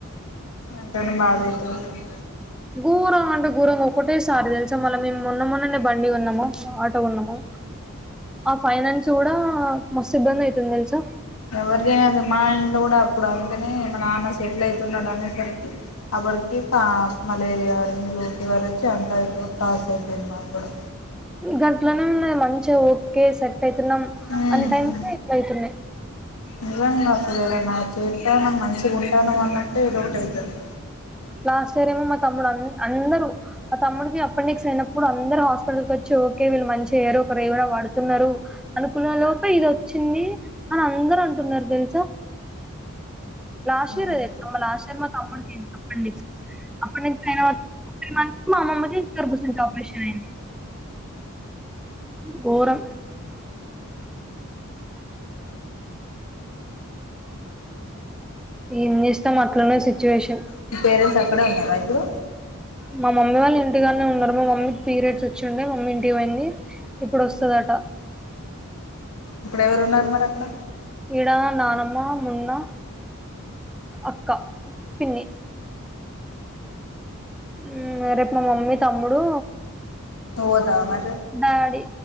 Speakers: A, on the left; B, in the centre.
A: ఎంతైనా బాధైతుంది
B: ఘోరం అంటే ఘోరంగ ఒకటే సారి తెలుసా మళ్ళ మేము మొన్న మొన్ననే బండి కొన్నము ఆటో కొన్నము ఆ ఫైనాన్స్ కూడా మస్తు ఇబ్బంది అయితుంది తెలుసా
A: ఎవరు తినేది మా ఇంట్లో కూడా ఇప్పుడు అంతనే మా నాన్న సెటిల్ అయి అవుతున్నాడు అనేసరికి అప్పటికి కా మలేరియా డెంగ్యూ ఫీవర్ వచ్చి అంతా ఎటు కా సరిపోయింది మాక్కూడా
B: గట్లనే మంచిగా ఓకే సెట్ అయితున్నాం
A: ఉమ్
B: అన్న టైమ్లో ఇట్ల అయితున్నాయి
A: నిజంగా అసలు ఏదన్నా చేత్తానం మంచిగుంటానం అన్నప్పుడే ఏదొకటి అయితది
B: లాస్ట్ ఇయర్ ఏమో మా తమ్ముడు అం అందరూ మా తమ్ముడికి అపెండిక్స్ అయినప్పుడు అందరు హాస్పిటల్కి వచ్చి ఓకే వీళ్ళు మంచి అయ్యారు ఒకరు ఎవరో వాడుతున్నారు అనుకున్న లోపే ఇది వచ్చింది అని అందరు అంటున్నారు తెలుసా లాస్ట్
A: అవును
B: ఇయర్ ఏ తెలుసా మా లాస్ట్ టైం మా తమ్ముడికి అపెండిక్స్ అపెండిక్స్ అయిన త్రీ మంత్స్ కి మా అమ్మమ్మ కి గర్భసంచి ఆపరేషన్ అయ్యింది పోరా ఏం చేస్తాం అట్లనే సిచ్యువేషన్
A: మీ పేరెంట్స్ అక్కడే ఉన్నారా ఇప్పుడు
B: మా మమ్మీ వాళ్ళు ఇంటికాడనే ఉన్నారు మా మమ్మీకి పీరియడ్స్ వచ్చిండే మమ్మీ ఇంటికి పోయింది ఇప్పుడొస్తాదట
A: ఇప్పుడు ఎవరు ఉన్నారు మరి అక్కడ
B: ఈడా నానమ్మ మున్నా అక్క పిన్ని ఊ రేపు మా మమ్మీ తమ్ముడు
A: పొతామన్
B: డాడీ